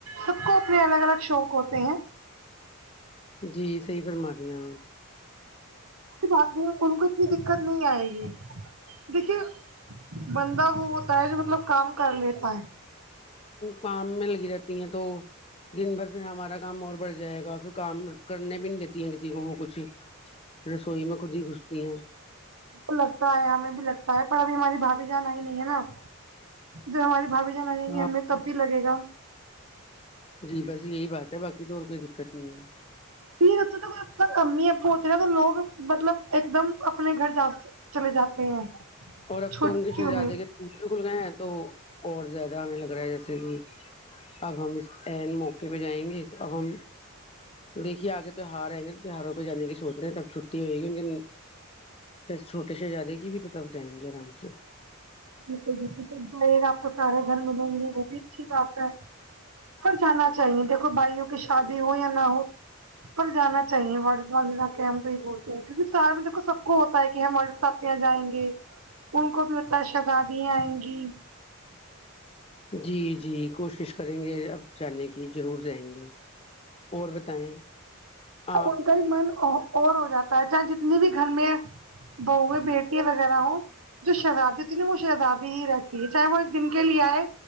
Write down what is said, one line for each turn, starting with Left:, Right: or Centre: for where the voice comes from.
Right: سب کو اپنے الگ الگ شوق ہوتے ہیں
Left: جی صحیح فرمارہی ے
Right: بات نہیں ان کو اتنی دقت نہیں آئے گی دیکھیے بندہ وہ ہوتا ہے جو مطلب کام کر لیتا ہے
Left: پم میں لگی رہتی ہیں تو دن بھر پھر ہمارا کام اور بڑھ جائے گا پھر کام کرنے بھی نہیں دیتی ہیں کسی کو وہ کچھ ہی رسوئی میں خود ہی گھستی ہیں
Right: ہے لگتا ہے ہمیں بھی لگتا ہے پر ابھی ہماری بھابی جان ہی نہیں ہے نا جب ہماری بھابی جان
Left: ہیں
Right: آے گی ہمیں تب بھی لگے گا
Left: جی بس یہی بات ہے بقی تو اور کوئی دقت نہیں ہے
Right: پ تو امی اب ہوتی نا تو لوگ مطلب ایک دم اپنے گھر جا چلے جاتے ہیں
Left: اور اب
Right: چھٹیوں
Left: تو ان کے شہزادے
Right: میں
Left: کے بھی کھل گئے ہیں تو اور زیادہ ہمیں لگ رہا ہے جیسے کہ اب ہم اس ا موقع پہ جائیں گے تو اب ہم دیکے آگے تیوہار آئ گے تو تہواروں پہ جان کی سوچ رہے ہیں تب چھٹی ہو گی ان چھوٹے شہزادے کی بھی تو تب جائیں گے آرام سے
Right: بالکل بالکل سب جائیے گا آپ کو سارے گھر ملیں گے وہ بھی اچھی بات ہے ہ جانا چاہیے دیکھو بھائیوں کی شادی ہو یا نہ ہو پر جانا چاہیے و جا کے ہم تو ہی بولتے ہیں کیکہ شہر میں دیکو سب کو ہوتا ہے کہ ہم سات جائیں گے ان کو بھی اتنا شگادیاں آئیں گی
Left: جی جی کوشش کریں گے اب جانے کی ضرور رہیں گے اور بتائیں <unintelligible> آپ
Right: ان کا ہی من اور ہو جاتا ہے چاہے جتنی بھی گھر میں بہ ہے بیٹی ہے وغیرہ ہو <unintelligible> جو شہزادی ہوتی ہے نا وہ شہزادی ہی رہتی ہے چاہے وہ ایک دن کے لیے آئے